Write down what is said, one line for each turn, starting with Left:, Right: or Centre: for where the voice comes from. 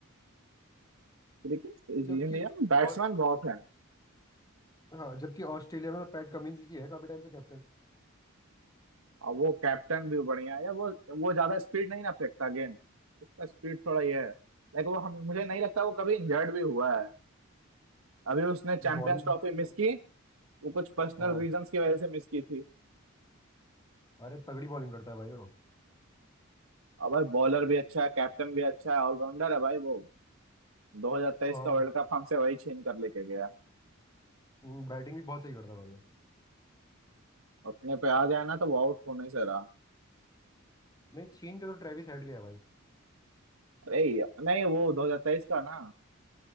Right: क्रिकेट इंडिया
Left: जबकि
Right: में बैट्समैन
Left: और
Right: बहुत हैं
Left: हाँ जबकि ऑस्ट्रेलिया में तो पैट कमिंस ही है काफी टाइम से कैप्टन
Right: और वो कैप्टन भी बढ़िया है वो वो ज्यादा स्पीड नहीं ना फेंकता गेंद उसका स्पीड थोड़ा ये है लाइक वो हम मुझे नहीं लगता वो कभी इंजर्ड भी हुआ है अभी उसने चैंपियंस
Left: बॉलिंग
Right: ट्रॉफी मिस की वो कुछ पर्सनल
Left: हाँ
Right: रीजंस की वजह से मिस की थी
Left: अरे तगड़ी बॉलिंग करता है भाई वो
Right: और भाई बॉलर भी अच्छा है कैप्टन भी अच्छा है ऑलराउंडर है भाई वो 2023
Left: हाँ
Right: का वर्ल्ड कप हमसे वही छीन कर लेके गया
Left: बैटिंग भी बहुत सही करता है भाई वो
Right: अपने पे आ गया ना तो वो आउट होने से रहा
Left: नहीं छीन के तो ट्रेविस हेड गया भाई
Right: अरे यार, नहीं वो 2023 का ना